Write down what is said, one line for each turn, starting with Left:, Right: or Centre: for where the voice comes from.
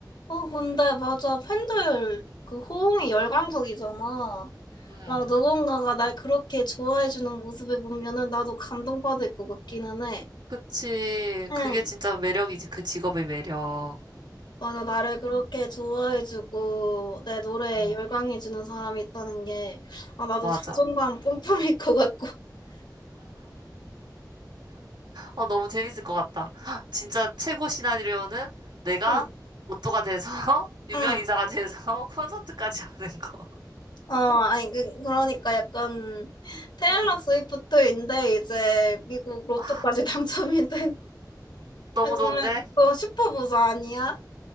Left: 어, 근데 맞아. 팬들 그 호응이 열광적이잖아.
Right: 음.
Left: 막 누군가가 날 그렇게 좋아해주는 모습을 보면은 나도 감동받을 것 같기는 해.
Right: 그치.
Left: 응
Right: 그게 진짜 매력이지. 그 직업의 매력.
Left: 맞아, 나를 그렇게 좋아해주고 내 노래에
Right: 음.
Left: 열광해주는 사람이 있다는 게, 아, 나도
Right: 맞아.
Left: 자존감 뿜뿜일 것 같고.
Right: 어, 너무 재밌을 것 같다. 헉, 진짜 최고 시나리오는 내가
Left: 응,
Right: 로또가 돼서 <laughs> 유명
Left: 응.
Right: 인사가 돼서 <laughs> 콘서트까지 하는 거.
Left: 어, 아니, 그, 그러니까 약간 테일러
Right: 어.
Left: 스위프트인데 이제 미국 로또까지
Right: 아,
Left: <laughs> 당첨이 된,
Right: 너무
Left: 아, 그러면
Right: 좋은데?
Left: 또 슈퍼부자 아니야?